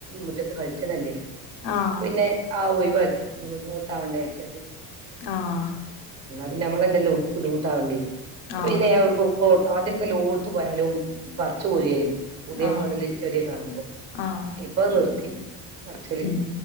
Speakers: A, on the right; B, on the left.
A: മുറ്റത്ത് കളിച്ചനല്ലേ
B: ആഹ്
A: അപ്പ പിന്നെ ആ ഒഴിവാക്കി ഇനി ബുദ്ധിമുട്ടാവണ്ട രിച്ചിട്ട്
B: ആഹ്
A: പിന്നെ നമ്മളെന്നെല്ലെ ബുദ്ധിമുട്ടാവണ്ടേ
B: ആഹ്
A: പിന്നെ ആദ്യ പ്പ ലോടുത്തും പോയാലും പറച്ചു പോരെ പുതിയ
B: ആഹ്
A: മോഡല് ചെടിയെകെ കാണുമ്പോൾ
B: ആഹ്
A: ഇപ്പൊ നിർത്തി പറച്ചല്
B: ഉം